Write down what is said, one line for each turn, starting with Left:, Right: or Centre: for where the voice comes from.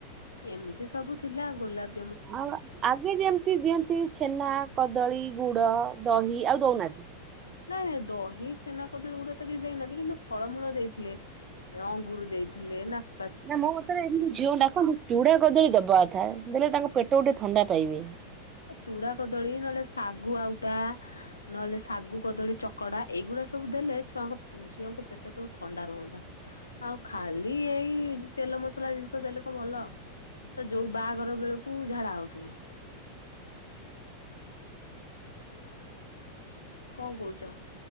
Left: ଏମିତି ସବୁ ଥିଲା ଗୋଲାବ୍
Right: ଆଉ ଆଗେ ଯେମ୍ତି ଦିଅନ୍ତି ଛେନା କଦଳୀ ଗୁଡ଼ ଦହି ଆଉ ଦଉନାଆତି
Left: ନାଇଁ ନାଇଁ ଦହି ଛେନା କଦଳୀ ଗୁଡ଼ା ତ ବି ଦେଇନଆନ୍ତି କିନ୍ତୁ ଫଳମୂଳ ଦେଇଥିଲେ ଅଙ୍ଗୁର ଦେଇ ଥିଲେ ନାସ୍
Right: ନା ମୋ ମତର ଏମ୍ତି ଝିଅ କୁ ଡାକନ୍ତୁ। ଚୁଡା କଦଳୀ ଦବାଅଥା ଦେଲେ ତାଙ୍କ ପେଟଉ ଟିକେ ଥଣ୍ଡା ପାଇବେ।
Left: ଚୁଡା କଦଳୀ ନହେଲେ ଶାଗୁ ଆଉଟା ନହେଲେ ଶାଗୁ କଦଳୀ ଚକଡ଼ା ଏଇଗୁଡ଼ା ସବୁ ଦେଲେ ଛୁଆଙ୍କ ଝିଅଙ୍କ ପେଟ ସବୁ ଥଣ୍ଡା ରୁହନ୍ତା ଆଉ ଖାଲି ଏଇ ତେଲ ମ ମସ୍ଲା ଜିନିଷ ଦେଲେ କଣ ବଲ ତ ଯୋଉ ବାଆଘର ବେଳକୁ ଝାଡ଼ା ହଉଥିବୁ। କଁ କଉଚ